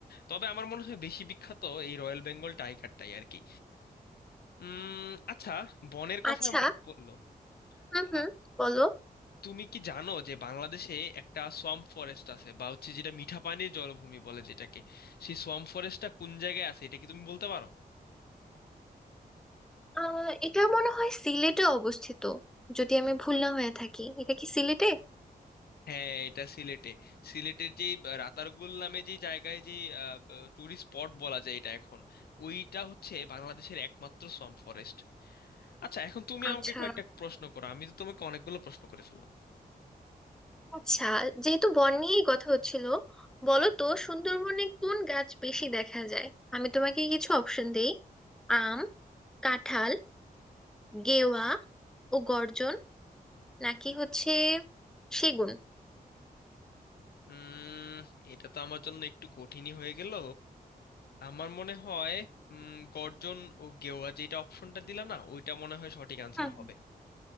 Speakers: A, on the left; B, in the centre.
A: তবে আমার মনে হয় বেশি বিখ্যাত এই রয়্যাল বেঙ্গল টাইগারটাই আর কি উম আচ্ছা বনের কথা
B: আচ্ছা
A: মনে পড়লো
B: হুম
A: আহ,
B: হুম বলো
A: তুমি কি জানো যে বাংলাদেশে একটা সোয়াম্প ফরেস্ট আছে বা হচ্ছে যেটা মিঠাপানির জলভূমি বলে যেটাকে সেই সোয়াম্প ফরেস্টটা কোন জায়গায় আছে এটা কি তুমি বলতে পারো
B: আহ এটা মনে হয় সিলেটে অবস্থিত যদি আমি ভুল না হয়ে থাকি এটা কি সিলেটে
A: হ্যাঁ এটা সিলেটে সিলেটের যেই আহ, রাতারগুল নামে যে জায়গায় যে টুরিস্ট স্পট বলা যায় এটা এখন ওইটা হচ্ছে বাংলাদেশের একমাত্র সোয়াম্প ফরেস্ট আচ্ছা এখন তুমি
B: আচ্ছা
A: আমাকে কয়েকটা প্রশ্ন করো আমি তো তোমাকে অনেকগুলো প্রশ্ন করে ফেললাম
B: আচ্ছা যেহেতু বন নিয়েই কথা হচ্ছিল বলো তো সুন্দরবনে কোন গাছ বেশি দেখা যায় আমি তোমাকে কিছু অপশন দেই আম কাঁঠাল গেওয়া ও গর্জন নাকি হচ্ছে সেগুন
A: উম এটা তো আমার জন্য একটু কঠিনই হয়ে গেল আমার মনে হয় উম গর্জন ও গেওয়া যেটা অপশনটা দিলা না ওইটা মনে হয় সঠিক আনসার
B: হুম,
A: হবে
B: হুম।